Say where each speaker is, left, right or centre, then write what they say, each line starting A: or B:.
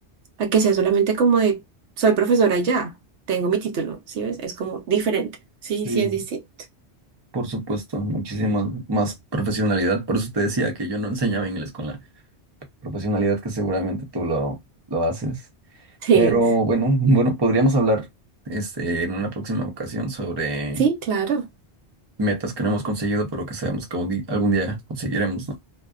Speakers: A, on the right (about 80°); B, on the right (about 25°).
A: a que sea solamente como de, soy profesora y ya, tengo mi título, ¿sí ves? Es como diferente. Sí,
B: Sí.
A: sí, es distinto.
B: Por supuesto, muchísima más profesionalidad. Por eso te decía que yo no enseñaba inglés con la profesionalidad que seguramente tú lo, lo haces.
A: Sí,
B: Pero bueno, bueno, podríamos hablar este, en una próxima ocasión sobre
A: sí, claro.
B: metas que no hemos conseguido, pero que sabemos que un di- algún día conseguiremos, ¿no?